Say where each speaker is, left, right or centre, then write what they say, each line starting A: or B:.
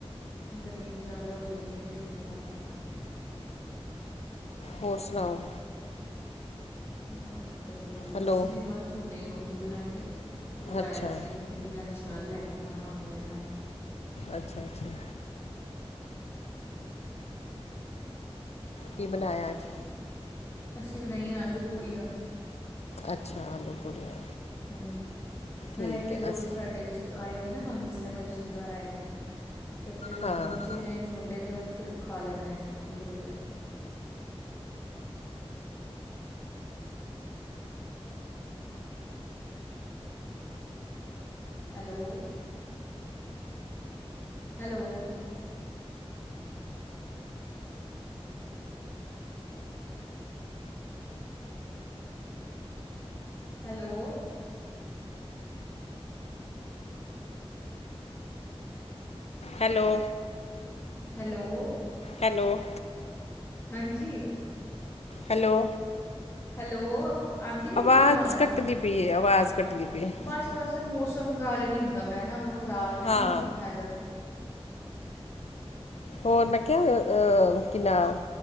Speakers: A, on the left; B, on the left.
A: ਗਰਮੀ ਜ਼ਿਆਦਾ ਹੋ ਜਾਂਦੀ ਏ ਤੇ ਛੁੱਟੀਆਂ ਵੱਧ ਜਾਂਦੀਆਂ
B: ਹੋਰ ਸੁਣਾਓ
A: ਬਸ ਬਸ ਵਧੀਆ,
B: ਹੈਲੋ
A: ਅਸੀਂ ਵੀ ਬਸ ਹੁਣੇ ਈ ਰੋਟੀ ਬਣਾਈ ਏ ਦੁਪਹਿਰ
B: ਅੱਛਾ
A: ਦੀ ਫਿਰ ਲੰਚ ਲੈਣ ਆਉਣਾ ਹੁੰਦਾ ਇਹਨਾਂ ਨੇ
B: ਅੱਛਾ, ਅੱਛਾ ਕੀ ਬਣਾਇਆ ਅੱਜ
A: ਅਸੀਂ ਬਣਾਈਆਂ ਆਲੂ ਪੂੜੀਆਂ
B: ਅੱਛਾ, ਆਲੂ ਪੂੜੀਆਂ
A: ਹਾਂਜੀ, ਨਾਲੇ
B: ਠੀਕ
A: ਫਿਰ
B: ਹੈ
A: ਉਹ
B: ਅਸੀਂ
A: ਸਾਡੇ ਰਿਸ਼ਤੇ ਆਏ ਨੇ ਨਾ ਤੁਹਾਨੂੰ ਦੱਸਿਆ ਮੈਂ ਰਿਸ਼ਤੇਦਾਰ ਆਏ ਦੇ ਨੇ, ਤੇ ਫਿਰ ਉਹ
B: ਹਾਂ
A: ਬੱਚੇ ਨੇ ਛੋਟੇ ਟੇ ਤੇ ਉਹ ਫਿਰ ਖਾ ਲੈਂਦੇ ਨੇ ਖੁਸ਼ ਹੋ ਗਏ hello hello hello
B: hello
A: hello
B: hello
A: ਹਾਂਜੀ
B: ਹੈਲੋ
A: ਹੈਲੋ, ਆਉਂਦੀ ਵੀ
B: ਆਵਾਜ਼
A: ਹੁਣ ਅਵਾਜ਼,
B: ਕੱਟਦੀ ਪਈ ਹੈ ਆਵਾਜ਼ ਕੱਟਦੀ ਪਈ ਹੈ।
A: ਬਸ ਬਸ ਏ ਮੌਸਮ ਕਾਰਨ ਹੀ ਹੁੰਦਾ ਪਿਆ ਨਾ ਖ਼ਰਾਬ ਹੈ ਨਾ
B: ਹਾਂ
A: ਵੈਦਰ
B: ਹੋਰ ਮੈਂ ਕਿਹਾ ਅਹ ਕਿਨਾ